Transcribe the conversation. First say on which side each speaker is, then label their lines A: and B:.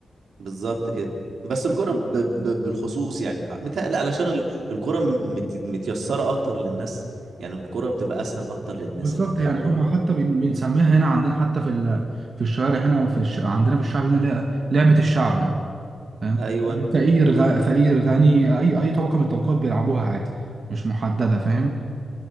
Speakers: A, on the right; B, on the right.
A: بالظبط كده بس الكرة ب... ب... بالخصوص يعني متهيألي علشان ال- الكرة م- مت... متيسرة أكتر للناس يعني الكرة بتبقى أسهل أكتر للناس
B: بالظبط
A: إن هي تلعب
B: يعني احنا
A: كرة
B: حتى بن- بنسميها هنا عندنا حتى في ال... في الشوارع هنا او في الش... عندنا في الشعب هنا اللي هي لعبه الشعب يعني فاهم
A: أيوه
B: يعني فقير غ... فقير غني اي اي طبقه من الطبقات بيلعبوها عادي مش محدده فاهم